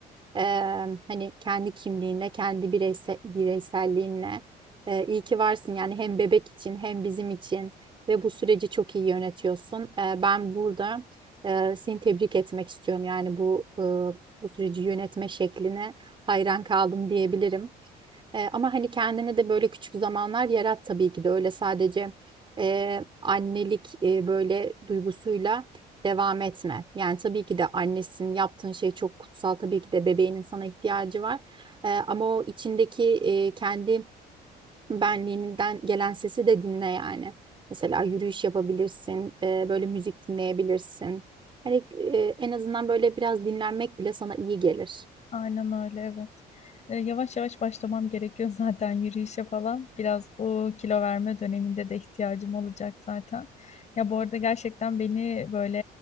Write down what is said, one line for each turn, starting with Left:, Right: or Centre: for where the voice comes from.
Right: Ee, hani kendi kimliğinle, kendi bireyse, bireyselliğinle e, iyi ki varsın yani hem bebek için hem bizim için ve bu süreci çok iyi yönetiyorsun. Ee, ben burada e, seni tebrik etmek istiyorum yani bu e, bu süreci yönetme şekline hayran kaldım diyebilirim. E, ama hani kendine de böyle küçük zamanlar yarat tabii ki de öyle sadece e, annelik e, böyle duygusuyla devam etme. Yani tabii ki de annesin yaptığın şey çok kutsal tabii ki de bebeğinin sana ihtiyacı var. E, ama o içindeki e, kendi benliğinden gelen sesi de dinle yani. Mesela yürüyüş yapabilirsin, e, böyle müzik dinleyebilirsin. Hani e, en azından böyle biraz dinlenmek bile sana iyi gelir.
Left: Aynen öyle evet. E, yavaş yavaş başlamam gerekiyor <laughs> zaten yürüyüşe falan. Biraz bu kilo verme döneminde de ihtiyacım olacak zaten. Ya bu arada gerçekten beni böyle